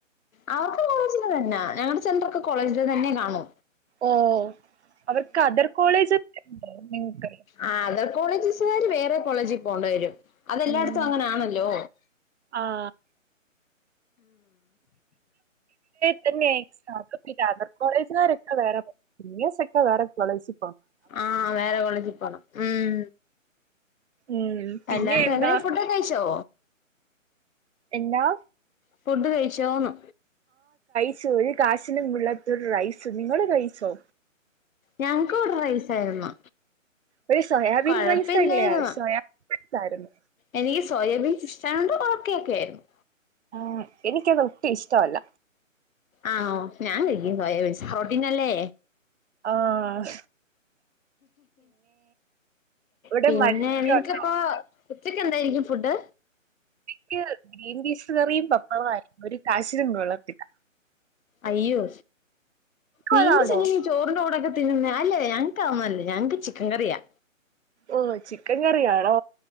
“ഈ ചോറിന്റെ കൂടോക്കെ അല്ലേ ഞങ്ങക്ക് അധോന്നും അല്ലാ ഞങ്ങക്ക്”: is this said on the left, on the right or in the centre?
Left